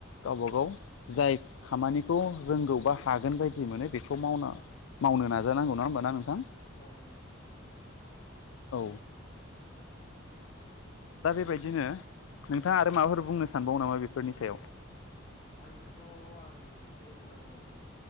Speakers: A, on the left; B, on the left.
A: गावबा
B: औ
A: गाव। जाय खामानिखौ रोंगौबा हागोन बायदि मोनो बेखौ मावना
B: औ
A: मावनो नाजा नाजानांगौना होमबा नोंथां
B: औ नंगौ
A: औ दा बेबायदिनो नोंथाङा आरो माबाफोर बुंनो सानबाव नामा बेफोरनि सायाव?
B: आंनिफ्रायथ' आं जेबो बुंनांगौ